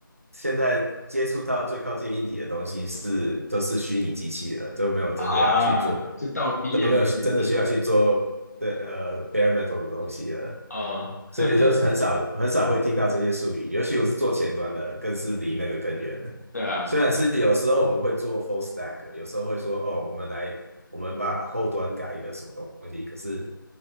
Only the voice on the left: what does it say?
啊，就到 BM
那边去
啊，<laughs>
对啊，